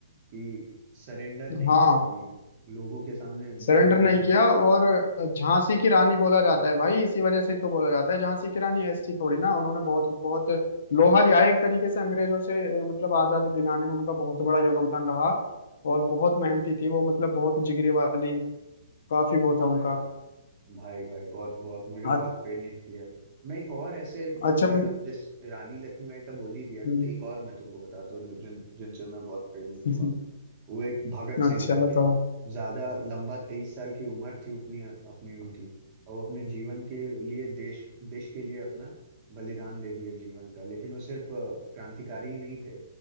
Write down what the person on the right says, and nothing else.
कि सरेंडर नहीं
करूंगी लोगों के सामने
झुकूंगी
नहीं
हाँ
यार भाई भाई बहुत बहुत मुझे बहुत
प्रेरित किया है। मैं एक और ऐसे
अगर अब जिस रानी लक्ष्मीबाई का बोल ही दिया ना
तो एक और मैं तुमको बताता हूँ जो- जिन जिनसे मैं बहुत प्रेरित
हुआ वो एक भगत सिंह
करके
हैं ज्यादा लंबा तेईस साल की उम्र थी अपनी अपनी उनकी और वो अपने जीवन के लिए देश देश के लिए अपना बलिदान दे दिया जीवन का लेकिन वो सिर्फ अ, क्रांतिकारी ही नहीं थे